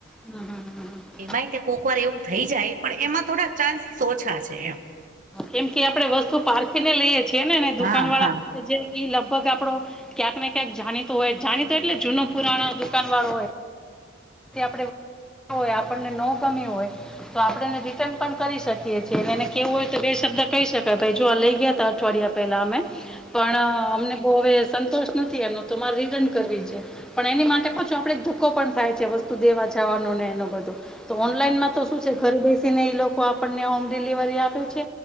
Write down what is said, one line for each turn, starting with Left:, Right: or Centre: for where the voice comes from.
Centre: હમ્મ, હમ્મ.
Right: એમાંય તે કોઈક વાર એવું થઈ જાય પણ એમાં થોડાક ચાન્સીસ ઓછા છે એમ.
Centre: કેમ કે આપણે વસ્તુ પારખીને લઈએ છીએ ને દુકાન
Right: હા
Centre: વાળા
Right: હા.
Centre: પાસે જે ઈ લગભગ આપડો ક્યાંક ને ક્યાંક જાણીતો હોય જાણીતો એટલે જૂનો પુરાણો દુકાન વાળો હોય એ આપડે હોય આપણને નો ગમી હોય તો આપડે એને રિટર્ન પણ કરી શકીએ છીએ અને એને કહેવું હોય તો બે શબ્દ કહી શકાય ભાઈ જો આ લઈ ગયાતા થોડી વાર પહેલા અમે પણ અમને બઉ હવે સંતોષ નથી એનો તો મારે રિટર્ન કરવી છે. પણ એની માટે પાછું આપડે એક ધક્કો પણ થાય છે વસ્તુ દેવા જવાનો ને એનો બધો. તો
Right: હા.
Centre: ઓનલાઈનમાં તો શું છે ઘરે બેસીને એ લોકો આપણને હોમ ડિલિવરી આપે છે